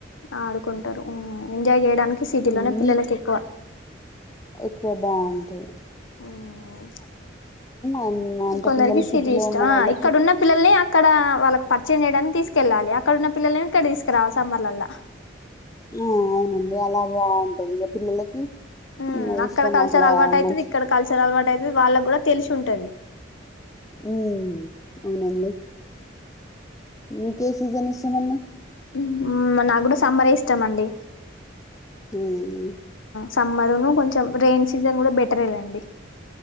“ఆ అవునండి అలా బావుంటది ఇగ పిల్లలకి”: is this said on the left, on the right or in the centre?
Left